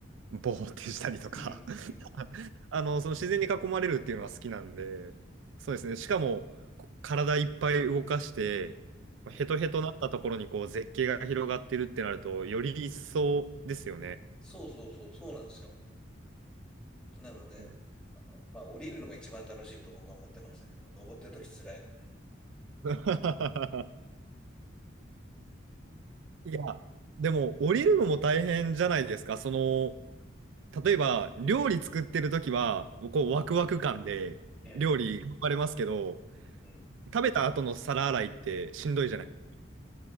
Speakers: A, on the right (about 75°); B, in the centre.
A: ぼーってしたりとか
B: うんうん
A: <laughs> あの、その自然に囲まれるっていうのは好きなんで、そうですね。しかも、こ体いっぱい動かして、
B: うんうん。
A: ヘトヘトなったところにこう絶景が広がってるってなると、より一層ですよね。
B: そうそうそう、そうなんですよ。なので、
A: うん
B: あの、まあ、降りるのが一番楽しいと僕は思ってましたけど、登ってるとき辛いので。
A: <laughs> いや、でも降りるのも大変じゃないですか。その、例えば料理作ってる時は、こうワクワク感で料理頑張れますけど、
B: ええ、うん。
A: 食べた後の皿洗いってしんどいじゃないですか